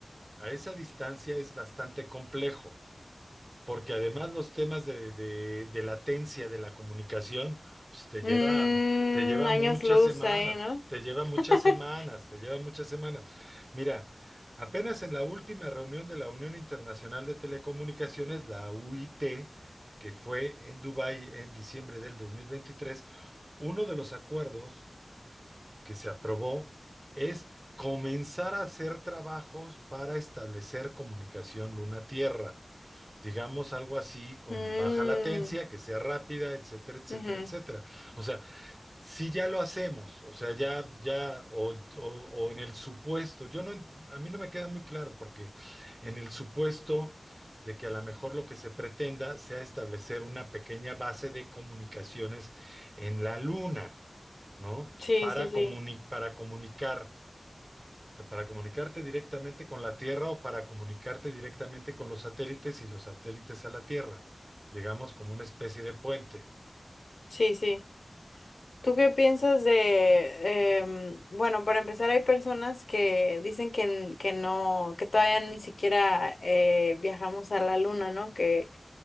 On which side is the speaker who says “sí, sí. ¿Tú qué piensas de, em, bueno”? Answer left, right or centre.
Left